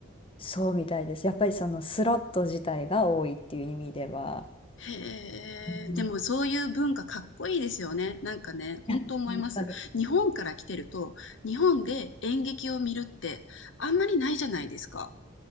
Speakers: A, on the left; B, on the left.
A: そうみたいです。やっぱりそのスロット自体が多いっていう意味では。
B: へえ、
A: うん
B: でもそういう文化かっこいいですよね。なんかね、本当思います。
A: いや、本当に
B: 日本から来てると、日本で演劇を見るってあんまりないじゃないですか。